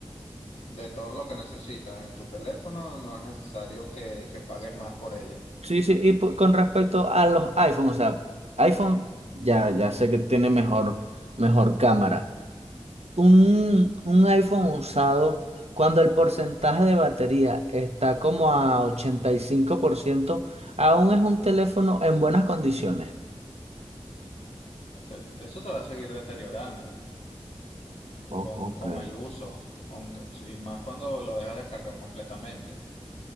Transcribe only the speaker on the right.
Sí, sí, y po- con respecto a los iPhone, o sea, iPhone ya, ya sé que tiene mejor, mejor cámara. Un, un iPhone usado, cuando el porcentaje de batería está como a 85% aún es un teléfono en buenas condiciones.
O-
ok.